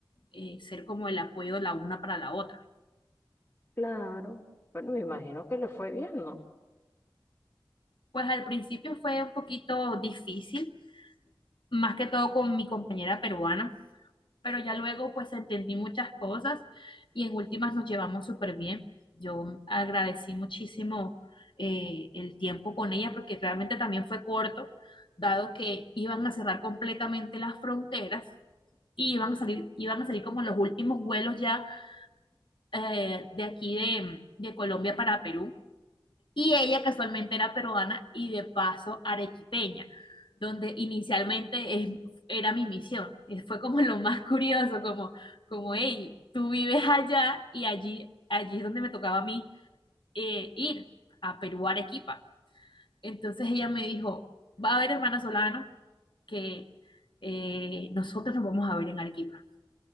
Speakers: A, on the left; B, on the left.
A: eh, ser como el apoyo la una para la otra.
B: Claro. Bueno, me imagino que le fue bien, ¿no?
A: Pues al principio fue un poquito difícil, más que todo con mi compañera peruana, pero ya luego pues entendí muchas cosas y en últimas nos llevamos súper bien. Yo agradecí muchísimo eh, el tiempo con ella porque realmente también fue corto, dado que iban a cerrar completamente las fronteras y iban a salir, iban a salir como los últimos vuelos ya eh, de aquí de, de Colombia para Perú. Y ella casualmente era peruana y de paso arequipeña, donde inicialmente es- era mi misión. Y Fue como lo más curioso, como, como, hey, tú vives allá y allí, allí es donde me tocaba a mí eh, ir a Perú, a Arequipa. Entonces ella me dijo, va a haber hermana Solano que eh, nosotros nos vamos a ver en Arequipa.